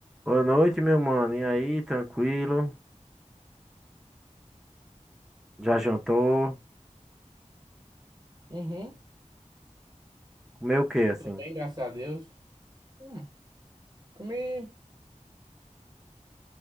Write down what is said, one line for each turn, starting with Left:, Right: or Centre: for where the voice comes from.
Centre: Boa noite, meu mano. E aí, tranquilo? Já jantou?
Right: Uhum.
Centre: Comeu o quê, assim?
Right: Tô bem, graças a Deus. Hum, comi